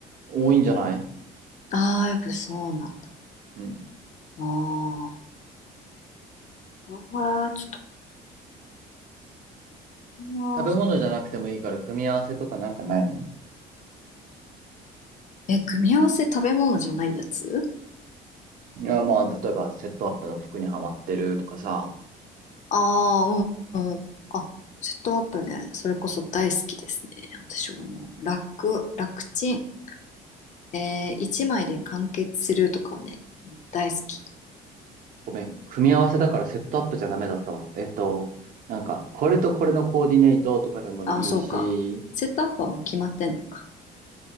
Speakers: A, on the right (about 55°); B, on the left (about 45°).
A: 多いんじゃない
B: ああー、やっぱそうなんだ。
A: うん。
B: ああ、ああ、ちょっと。あー
A: 食べ物じゃなくてもいいから組み合わせとかなんかないの
B: え、組み合わせ食べ物じゃないやつ
A: いや、まあ、例えばセットアップの服にはまってるとかさ、
B: ああー、うん、うん。あ、セットアップね。それこそ大好きですね。私はもう、楽、楽ちん。えー、一枚で完結するとかはね、大好き。
A: ごめん、組み合わせだからセットアップじゃダメだったわ。えっと、なんか、これとこれのコーディネートとかでもいいし、
B: ああ、そうか。セットアップはもう決まってんのか。